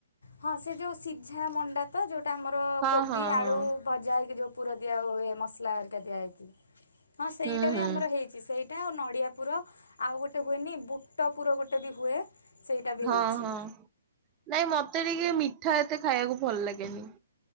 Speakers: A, on the left; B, on the right.
A: ହଁ ସେ ଯଉ ସିଝା ମଣ୍ଡା ତ ଯଉଟା ଆମର
B: ହଁ
A: କୋବି
B: ହଁ
A: ଆଳୁ
B: ହଁ
A: ଭଜା ହେଇକି ଯୋଉ ପୁର ଦିଆ ହୁଏ ମସଲା ଆରିକା ଦିଆହଇକି ହଁ ସେଇଟା
B: ହୁଁ
A: ବି
B: ହୁଁ
A: ଆମର ହେଇଛି। ସେଇଟା ଆଉ ନଡିଆ ପୁର ଆଉ ଗୋଟେ ହୁଏନି ବୁଟ ପୁର ଗୋଟେ ବି ହୁଏ। ସେଇଟା ବି
B: ହଁ
A: ହେଇଛି।
B: ହଁ ନାଇଁ ମତେ ଟିକେ ମିଠା ଏତେ ଖାଇବାକୁ ଭଲ ଲାଗେନି।